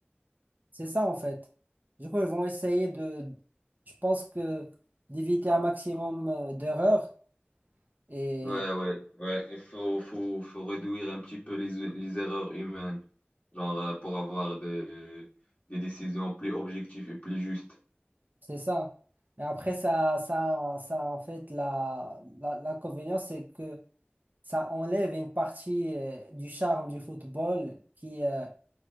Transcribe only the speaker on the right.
C'est ça en fait. Du coup, ils vont essayer de, je pense que d'éviter un maximum euh, d'erreurs et
c'est ça. Et après, ça, ça, ça en fait, la, la- l'inconvénient, c'est que ça enlève une partie euh, du charme du football qui, euh,